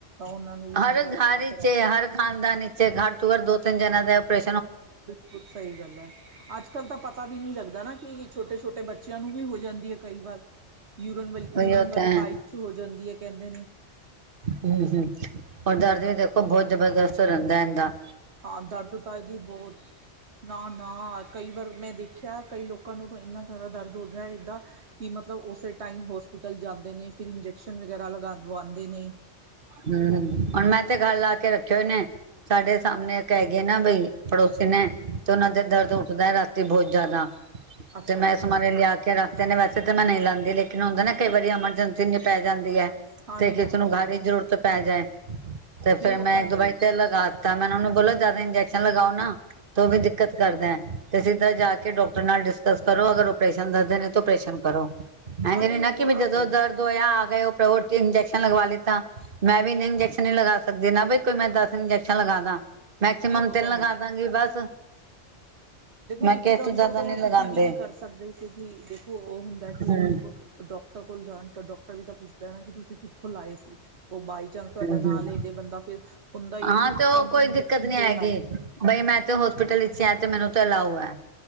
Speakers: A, on the right; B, on the right.
A: ਉਹਨਾਂ ਨੂੰ ਵੀ
B: ਹਰ
A: ਮਤਲਬ
B: ਘਰ
A: ਆਪਾਂ
B: ਇਚ
A: ਕਰਾਇਆ
B: ਏ, ਹਰ ਖਾਨਦਾਨ ਚ ਏ। ਘਰ ਤ ਪਰ ਦੋ ਤਿੰਨ ਜਨਾਂ ਦਾ ਅਪਰੇ
A: ਬਿਲਕੁਲ ਸਹੀ ਗੱਲ ਹੈ, ਅੱਜ ਕੱਲ ਤਾਂ ਪਤਾ ਪਤਾ ਵੀ ਨਹੀਂ ਲੱਗਦਾ ਨਾ, ਕਿ ਛੋਟੇ- ਛੋਟੇ ਬੱਚਿਆਂ ਨੂੰ ਵੀ ਹੋ ਜਾਂਦੀ ਏ, ਕਈ ਵਾਰ। ਯੂਰਨ ਵਾਲੀ,
B: ਉਹੀ
A: ਯੂਰੀਨ ਵਾਲੀ
B: ਤਾਂ ਹੈ।
A: ਪਾਈਪ ਚ ਹੋ ਜਾਂਦੀ ਏ ਕਹਿੰਦੇ ਨੇ।
B: ਹਮ ਹਮ ਔਰ ਦਰਦ ਵੀ ਦੇਖੋ ਬਹੁਤ ਜਬਰਦਸਤ ਰਹਿੰਦਾ ਐਂਦਾ।
A: ਹਾਂ ਦਰਦ ਤਾਂ ਇਹਦੀ ਬਹੁਤ ਨਾ, ਨਾ ਕਈ ਵਾਰ ਮੈਂ ਦੇਖ <unintelligible> ਕਈ ਲੋਕਾਂ ਨੂੰ ਤਾਂ ਇਨਾ ਜ਼ਿਆਦਾ ਦਰਦ ਹੋਦਾ ਹੈ, ਏਦਾਂ ਕਿ ਮਤਲਬ ਉਸੇ ਟਾਈਮ ਹੋਸਪਿਟਲ ਜਾਂਦੇ ਨੇ ਫਿਰ ਇੰਜੈਕਸ਼ਨ ਵਗੈਰਾ ਲਗਾਵਾਦੇ ਨੇ
B: ਹੂੰ ਹੁਣ ਮੈਂ ਤੇ ਘੱਲ ਲਾ ਕੇ ਰੱਖੇ ਹੋਏ ਨੇ, ਸਾਡੇ ਸਾਹਮਣੇ ਏਕ ਹੈਗੇ ਨਾ ਬਈ ਪੜੋਸੀ ਨੇ ਤੇ ਉਹਨਾਂ
A: ਅੱਛਾ
B: ਤੇ ਦਰਦ ਉੱਠਦਾ ਹੈ ਰਾਤੀ ਬਹੁਤ ਜ਼ਿਆਦਾ
A: ਅੱਛਾ
B: ਤੇ
A: ਅੱਛਾ ਅੱਛਾ
B: ਮੈਂ ਸਮਾਰੇ ਲਿਆ ਕੇ ਰੱਖਦੇ ਨੇ ਵੈਸੇ ਤੇ ਮੈਂ ਨਹੀਂ ਲਾਦੀ ਲੇਕਿ ਹੁੰਦਾ ਨਾ ਕਈ ਵਾਰੀ ਐਮਰਜੈਂਸੀ ਪੈ ਜਾਂਦੀ ਹੈ
A: ਹਾਂ
B: ਤੇ
A: ਨਹੀਂ
B: ਕਿਸੇ
A: ਉਹ ਤਾਂ
B: ਨੂੰ ਘਰ
A: ਹੈ ਹੀ
B: ਜ਼ਰੂਰਤ ਪੈ ਜਾਏ ਤੇ
A: ਨਹੀਂ
B: ਫੇਿਰ
A: ਉਹ
B: ਮੈਂ
A: ਤਾਂ
B: ਇੱਕ
A: ਹੈ
B: ਦੋ ਵਾਰੀ
A: ਹੀ
B: ਤੇ ਲਗਾ ਦਿੱਤਾ ਮੈਨ ਉਹਨੂੰ ਬੋਲ ਜਿਆਦਾ ਇੰਜੈਕਸ਼ਨ ਲਗਾਓ ਨਾ ਤੇ ਉਹ ਵੀ ਦਿੱਕਤ ਕਰਦਾ ਤੇ ਸਿੱਧ ਜਾ ਕੇ ਡਾਕਟਰ ਨਾਲ ਡਿਸਕਸ ਕਰੋ ਅਗਰ ਓਪਰੇਸ਼ਨ ਦਦੇ ਨੇ ਤਾਂ ਓਪਰੇਸ਼ਨ ਕਰੋ ਹਂ
A: ਹਾਂ
B: ਜ
A: ਨਹੀਂ
B: ਨ ਨਾ
A: ਉਹ
B: ਕਿਵੇ
A: ਤਾਂ
B: ਜਦੋਂ
A: ਹੈ ਹੀ
B: ਦਰਦ ਹੋਇਆ ਆ ਕੇ ਟੀ ਇੰਜੈਕਸ਼ਨ ਲਗਵਾ ਲਤਾ ਮੈਂ ਵੀ ਇਨੇ ਇੰਜੈਕਸ਼ਨ ਨ ਲਗਾ ਸਕਦੀ ਨਾ ਬ ਕੋਈ ਮੈਂ ਦਸ ਇੰਜੈਕਸ਼ਨ ਲਗਾ ਦਾਂ ਮੈਕਸੀਮਮ
A: ਨਹੀਂ ਉਹ
B: ਤਿਲ
A: ਤਾਂ
B: ਲਗਾ
A: ਹੈ ਹੀ
B: ਦਾਂਗੀ ਬਸ
A: ਦੇਖੋ
B: ਮੈਂ
A: ਇਕਦਮ
B: ਕਿਹਾ ਇਸ ਜ਼ਿਆਦਾ
A: ਤੋਂ ਤਾਂ
B: ਨਹੀਂ
A: ਤੁਸੀਂ
B: ਲਗਾਉਂਦੇ
A: ਵੀ ਨਹੀਂ ਕਰ ਸਕਦੇ ਕਿਉਂਕਿ ਦੇਖੋ ਉਹ ਹੁੰਦਾ ਕਿ
B: ਹਮ
A: ਉਹ ਡਾਕਟਰ ਕੋਲ ਜਾਣ ਡਾਕਟਰ ਵੀ ਤਾਂ ਪੁੱਛਦਾ ਹੈ ਨਾ ਕਿ ਤੁਸੀਂ ਕਿੱਥੋਂ ਲਾਏ ਸੀ ਉਹ ਬਾਈ ਚਾਂਸ ਤੁਹਾਡਾ
B: ਹਮ
A: ਨ
B: ਹਮ
A: ਲਦੇ ਬੰਦਾ ਫਿਰ ਹੁੰਦਾ ਹੀ ਹੈ
B: ਹਾਂ
A: ਕਿ
B: ਤੇ
A: ਤੁਸੀਂ
B: ਉਹ
A: ਇੰਨੇ
B: ਕੋਈ
A: ਇੰਜੈਕਸ਼ਨ
B: ਦਿੱਕਤ ਨੀ ਹੈਗੀ
A: ਕਿਉਂ ਲਾਏ
B: ਬਈ ਮੈਂ ਤੇ ਹੋਸਪਿਟਲ ਵਿੱਚ ਸ਼ ਤੇ ਮੈਨੂੰ ਤਾਂ ਅਲਾਓ ਹੈ